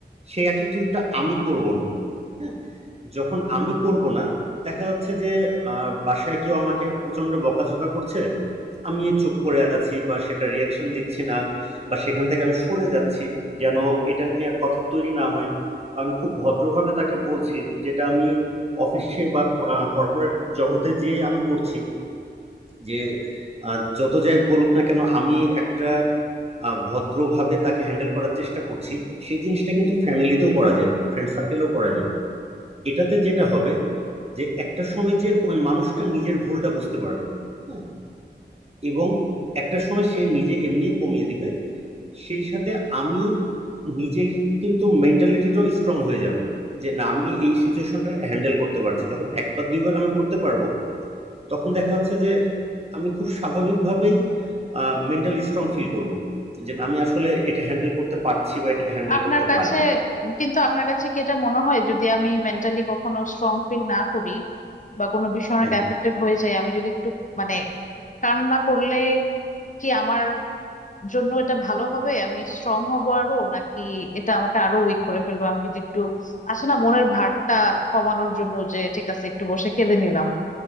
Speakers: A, on the right (about 35°); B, on the left (about 45°).
A: সেই অ্যাটিটিউডটা আমি করব না হ্যাঁ যখন আমি করব না দেখা যাচ্ছে যে আহ, বাসায় কেউ আমাকে প্রচন্ড বকাঝকা করছে আমি চুপ করে আছি বা সেটা রিয়াকশন দিচ্ছি না বা সেখান থেকে আমি সরে যাচ্ছি যেন এটা নিয়ে আর কথা তৈরি না হয় বা আমি খুব ভদ্রভাবে তাকে বলছি যেটা আমি অফিসে বা কর্পোরেট জগতে যে আমি করছি যে আহ, যত যাই বলুক না কেন আমি একটা আহ, ভদ্রভাবে তাকে হ্যান্ডেল করার চেষ্টা করছি সেই জিনিসটা কিন্তু ফ্যামিলিতেও করা যায় ফ্রেন্ড সার্কেলেও করা যায় এটাতে যেটা হবে যে একটা সময় যে ওই মানুষটা নিজের ভুলটা বুঝতে পারবে হ্যাঁ এবং একটা সময় সে নিজে এমনি কমিয়ে দিবে সেই সাথে আমি নিজের কিন্তু মেন্টালিটিটাও স্ট্রং হয়ে যাবে যে না আমি এই সিচুয়েশনটা হ্যান্ডেল করতে পারছি যখন একবার দুইবার আমি করতে পারবো তখন দেখা যাচ্ছে যে আমি খুব স্বাভাবিকভাবেই মেন্টালি স্ট্রং ফিল করব যে না, আমি আসলে এটা হ্যান্ডেল করতে পারছি বা এটা হ্যান্ডেল
B: আপনার
A: করতে
B: কাছে
A: পারি
B: কিন্তু আপনার কাছে কি এটা মনে হয় যদি আমি মেন্টালি কখনো স্ট্রং ফিল না করি বা কোনো বিষয়ে অনেক
A: হ্যাঁ
B: এফেক্টেড হয়ে যায় আমি যদি একটু মানে কান্না করলে কি আমার জন্য এটা ভালো হবে আমি স্ট্রং হব আরো নাকি এটা আমাকে আরো উইক করে ফেলবে আমি যদি একটু আছে না মনের ভারটা কমানোর জন্য যে ঠিক আছে একটু বসে কেঁদে নিলাম